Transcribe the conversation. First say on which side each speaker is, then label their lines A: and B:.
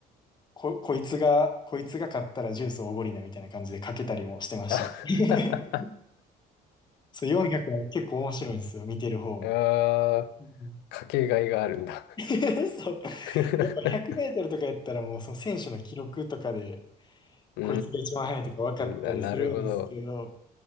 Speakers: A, on the left (about 25°); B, on the left (about 80°).
A: こ、こいつが、こいつが勝ったらジュースおごりなみたいな感じでかけたりもしてましたね。
B: あ
A: <laughs> そう、400は結構面白いんですよ、見てる方も。
B: <laughs> あー、
A: うん
B: かけがいがあるんだ
A: <laughs> そう。
B: <laughs> う
A: やっぱ100メートルとかやったらもうその選手の記録とかで、
B: ー
A: こいつが一番速いとか分かったりするんですけど、
B: ん、あ、なるほど。